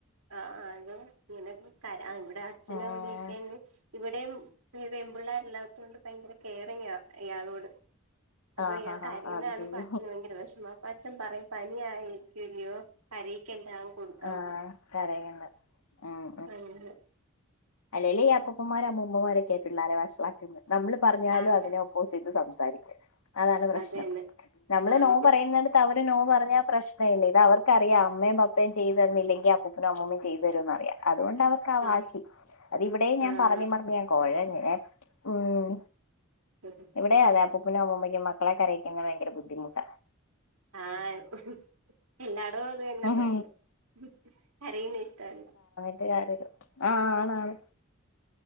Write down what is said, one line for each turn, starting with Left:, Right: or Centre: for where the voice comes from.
Right: ആഹ്, ആഹ് അതും ഇങ്ങനെ <unintelligible> ഇവിടെ അച്ഛനും
Left: ഏഹ്
Right: അമ്മയൊക്കെണ്ട് ഇവിടേയും പിന്നെ പെമ്പിള്ളാരില്ലാത്തോണ്ട് ഭയങ്കര കെയറിങ്ങാ ഇയാളോട്. അപ്പ
Left: ആഹ്
Right: ഇയാൾ
Left: ആഹ്
Right: കരയുന്നത്
Left: ആഹ് അത്
Right: കാണുമ്പ
Left: ശരി
Right: അച്ചന് വയങ്കര വിഷമ, അപ്പൊ അച്ഛൻ പറയും പനി ആയിരിക്കല്ലയോ കരയിക്കണ്ട കൊടുക്കാൻ
Left: ആഹ്, കരയണ്ട ആഹ്
Right: ആഹ്
Left: അല്ലേലു ഈ അപ്പൂപ്പൻമാരും അമ്മൂമ്മമാരൊക്കെ പിള്ളാരെ വഷളാക്കുന്നെ നമ്മള് പറഞ്ഞാലു
Right: ആഹ്
Left: അതിനൊ <unintelligible> സംസാരിക്കും. അതാണ് പ്രശ്നം
Right: അതന്നെ
Left: നമ്മള്
Right: ആണ്
Left: നോ പറയുന്നിട ത്ത അവര് നോ പറഞ്ഞ പ്രശ്നം ഇല്ല. ഇത് അവർക്കറിയാം അമ്മയും പപ്പയും ചെയ്തുതന്നില്ലെങ്കി അപ്പ നും അമ്മൂമ്മയും ചെയ്തുതരുംന്ന്റിയാം അതുകൊണ്ട് അവർ ക്കാ വാശി
Right: ആണ്
Left: അതിവിടെയും ഞാൻ
Right: ആഹ്
Left: പറഞ് പറഞ് ഞാൻ കൊഴഞ് ഉം
Right: <inaudible>
Left: ഇവിടെ അതെ അപ്പൂപ്പനും അമ്മൂമ്മക്കും മക്കളെ കരയിക്കുന്നത് ഭയങ്ക ബദ്ധിമുട്ട
Right: ആഹ് എല്ലാടും അതുതന്ന
Left: ഉം
Right: പ്രശ്നം കരയുന്ന ഇഷ്ടമല്ല
Left: <unintelligible> ആഹ് ആണാണ്